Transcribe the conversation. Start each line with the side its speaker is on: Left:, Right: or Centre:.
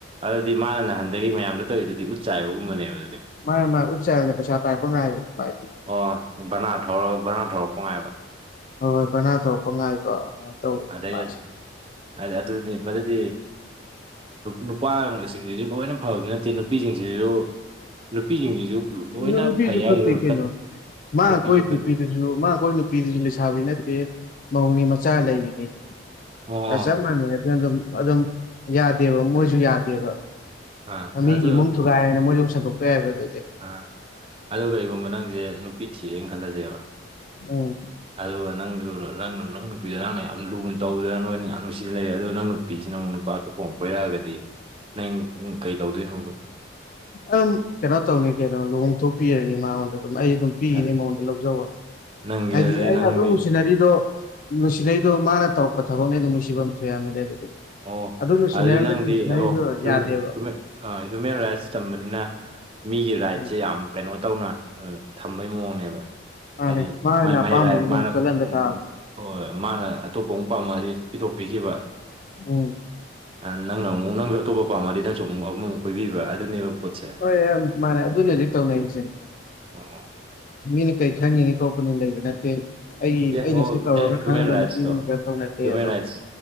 Right: ꯑꯗꯨꯗꯤ ꯃꯥꯅ ꯅꯍꯟꯗꯒꯤ ꯃꯌꯥꯝꯗ ꯇꯧꯔꯤꯗꯨꯗꯤ ꯎꯠ ꯆꯥꯏꯕꯒꯨꯝꯕꯅꯦꯕ ꯑꯗꯨꯗꯤ
Left: ꯃꯥꯟꯅꯦ ꯃꯥꯟꯅꯦ ꯎꯠꯆꯥꯏꯕꯅꯦ ꯄꯩꯁꯥ ꯄꯥꯏꯔꯛꯄ ꯉꯥꯏꯕꯅꯦ
Right: ꯑꯣ ꯕꯅꯥ ꯊꯧꯔꯒ ꯕꯅꯥ ꯊꯧꯔꯛꯄ ꯉꯥꯏꯕ
Left: ꯍꯣꯏ ꯍꯣꯏ ꯕꯔꯅ ꯊꯧꯔꯛꯄ ꯉꯥꯏꯕ ꯑꯗꯨꯃꯥꯏꯅ ꯇꯧꯕꯅꯦ
Right: ꯑꯗꯩ
Left: ꯃꯥꯁꯦ
Right: ꯑꯗꯨ ꯍꯥꯢꯗꯤ ꯑꯗꯨ <unintelligible> ꯄꯗꯤ ꯅꯨꯄꯥꯁꯤꯡꯁꯤꯁꯨ ꯂꯣꯏꯅ ꯐꯕꯗꯤ ꯅꯠꯇꯦ ꯅꯨꯄꯤꯁꯤꯡꯁꯤꯁꯨ ꯅꯨꯄꯤꯁꯤꯡꯁꯤꯁꯨ ꯂꯣꯏꯅ
Left: ꯅꯨꯄꯤꯁꯨ
Right: ꯐꯩ ꯍꯥꯏꯗꯨꯏꯔꯣ
Left: ꯐꯠꯇꯦ ꯀꯩꯅꯣ
Right: ꯐꯠ
Left: ꯃꯥꯅ
Right: ꯅꯨꯄꯤꯁꯨ
Left: ꯀꯣꯏ ꯅꯨꯄꯤꯗꯨꯁꯨ
Right: ꯐꯠ
Left: ꯃꯥꯅ ꯀꯣꯏꯔꯤ ꯅꯨꯄꯤꯗꯨꯁꯨ ꯂꯩꯁꯥꯕꯤ ꯅꯠꯇꯦ ꯃꯧꯅꯤ ꯃꯆꯥ ꯂꯩꯔꯤꯅꯤ
Right: ꯑꯣ
Left: ꯑ ꯆꯞ ꯃꯥꯟꯅꯩ ꯑꯗꯨꯅ ꯑꯗꯨꯝ ꯑꯗꯨꯝ ꯌꯥꯗꯦꯕ ꯃꯣꯏꯁꯨ ꯌꯥꯗꯦꯕ
Right: ꯑꯥ
Left: ꯃꯤꯒꯤ
Right: ꯑꯗꯨ
Left: ꯏꯃꯨꯡ ꯊꯨꯒꯥꯏꯌꯦꯅ ꯃꯣꯏꯁꯨꯨꯝꯡ ꯁꯟꯗꯣꯛꯄ ꯌꯥꯏꯕ ꯑꯗꯨꯗꯤ
Right: ꯑꯥ ꯑꯗꯣ ꯀꯩꯒꯨꯝꯕ ꯅꯪꯁꯦ ꯅꯨꯄꯤ ꯊꯤꯔꯦꯅ ꯈꯜꯂꯁꯦꯕ
Left: ꯎꯝ
Right: ꯑꯗꯨꯒ ꯅꯪꯁꯨ ꯅꯪꯅ ꯅꯪ ꯅꯨꯄꯤꯗ ꯅꯪꯅ ꯌꯥꯝ ꯂꯨꯅ ꯇꯧꯗꯅ ꯅꯣꯏꯅ ꯌꯥꯝ ꯅꯨꯡꯁꯤꯅ ꯂꯩꯔꯦ ꯑꯗꯨ ꯅꯪ ꯅꯨꯄꯤꯁꯤꯅ ꯑꯃꯨꯛ ꯅꯨꯄꯥ ꯑꯇꯣꯞꯄꯃꯨꯛ ꯀꯣꯏꯔꯛꯑꯒꯗꯤ ꯅꯪ ꯀꯩ ꯇꯧꯗꯣꯏꯅꯣꯕ
Left: ꯑꯗꯨꯝ ꯀꯩꯅꯣ ꯇꯧꯅꯤ ꯀꯩꯅꯣ ꯂꯨꯍꯣꯡ ꯊꯣꯛꯄꯤꯔꯅꯤ ꯃꯥꯉꯣꯟꯗ ꯑꯗꯨꯝ ꯑꯩ ꯑꯗꯨꯝ ꯄꯤꯈꯤꯅꯤ
Right: ꯑꯦ
Left: ꯃꯉꯣꯟꯗ ꯂꯧꯖꯧ
Right: ꯅꯪꯒꯤ
Left: ꯍꯥꯏꯗꯤ
Right: ꯑꯗꯨꯗꯤ
Left: ꯑꯩꯅ
Right: ꯅꯪꯗꯤ
Left: ꯑꯗꯨꯛ ꯅꯨꯡꯁꯤꯅꯔꯤꯗꯣ ꯅꯨꯡꯁꯤꯕꯩꯗꯣ ꯃꯥꯅ ꯇꯧꯔꯛꯄ ꯊꯕꯛꯅꯦ ꯑꯗꯨꯝ ꯅꯨꯡꯁꯤꯐꯝ ꯊꯣꯛ ꯌꯥꯝꯃꯤꯗ ꯑꯗꯨꯗꯤ
Right: ꯑꯣ
Left: ꯑꯗꯨ ꯅꯨꯡꯁꯤꯅꯔ
Right: ꯑꯗꯨꯗꯤ ꯅꯪꯗꯤ
Left: ꯅꯨꯡꯁꯤꯅꯔꯤꯗꯣ
Right: ꯑꯣ
Left: ꯌꯥꯗꯦꯕ
Right: ꯁꯨꯝꯃꯦ ꯑꯥ ꯍ꯭ꯌꯨꯃꯦꯟ ꯔꯥꯏꯠꯁ ꯇꯝꯕꯅꯤꯅ ꯃꯤꯒꯤ ꯔꯥꯏꯠꯁꯦ
Left: ꯑꯦ
Right: ꯌꯥꯝ ꯀꯩꯅꯣ ꯇꯧꯅ ꯑꯥ ꯊꯝꯕꯩ ꯃꯑꯣꯡꯅꯦꯕ
Left: ꯃꯥꯅꯦ
Right: ꯍꯥꯏꯗꯤ
Left: ꯃꯥꯅ
Right: ꯃꯥꯏ
Left: ꯑꯄꯥꯝꯕꯗꯨ
Right: ꯃꯥꯏ ꯔꯥꯏꯠ
Left: ꯑꯗꯨꯝ
Right: ꯃꯥꯅ
Left: ꯆꯠꯍꯟꯕ ꯇꯥꯕꯅꯦ
Right: ꯍꯣꯏ ꯃꯥꯅ ꯑꯇꯣꯞꯄ ꯑꯃꯨꯛ ꯄꯥꯝꯃꯛꯑꯗꯤ ꯄꯤꯊꯣꯛꯄꯤꯈꯤꯕ
Left: ꯎꯝ
Right: ꯑꯥ ꯅꯪꯅ ꯑꯃꯨꯛ ꯅꯪꯁꯨ ꯑꯇꯣꯞꯄ ꯄꯥꯝꯃꯗꯤ ꯅꯪꯁꯨ ꯑꯃ ꯑꯃꯃꯨꯛ ꯀꯣꯏꯕꯤꯕ ꯑꯗꯨꯅꯦꯕ ꯄꯣꯠꯁꯦ
Left: ꯍꯣꯏ ꯃꯥꯥꯟꯅꯦ ꯑꯗꯨꯅꯦ ꯍꯧꯖꯤꯛ ꯇꯧꯅꯩꯁꯦ
Right: <unintelligible>
Left: ꯃꯤꯅ ꯀꯩ ꯈꯟꯒꯤꯅꯤ ꯈꯣꯠꯄꯅꯤ ꯂꯩꯕ ꯅꯠꯇꯦ ꯑꯩ
Right: <unintelligible> ꯍ꯭ꯌꯨꯃꯦꯟ
Left: ꯑꯩꯅ ꯁꯤ ꯇꯧꯔꯒ ꯈꯪꯉꯒ
Right: ꯔꯥꯏꯠꯁꯇꯣ
Left: ꯅꯨꯄꯤꯗꯨꯅ ꯀꯩꯝ ꯇꯧ ꯅꯠꯇꯦ
Right: ꯍ꯭ꯌꯨꯃꯦꯟ
Left: ꯑꯗꯣ
Right: ꯔꯥꯏꯠꯁ